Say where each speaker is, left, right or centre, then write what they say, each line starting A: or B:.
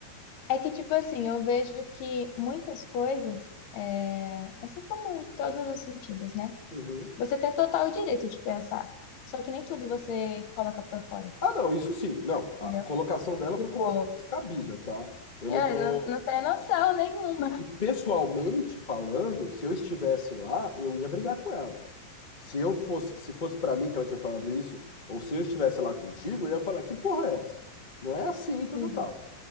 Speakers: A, on the left; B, on the left.
A: é que, tipo assim, eu vejo que muitas coisas, é, assim como em todos os sentidos, né?
B: Uhum.
A: Você tem total direito de pensar. Só que nem tudo você coloca pra fora,
B: Ah, não, isso sim. Não, a
A: entendeu?
B: a colocação dela
A: Tipo,
B: foi completamente descabida, tá? Eu
A: eu
B: não tô.
A: não, não tenho noção nenhuma.
B: E pessoalmente falando, se eu estivesse lá, eu ia brigar com ela. Se eu fosse, se fosse pra mim que ela tinha falado isso, ou se eu estivesse lá contigo, eu ia falar, que porra é essa? Não é assim, tal,
A: Uhum.
B: tal, tal.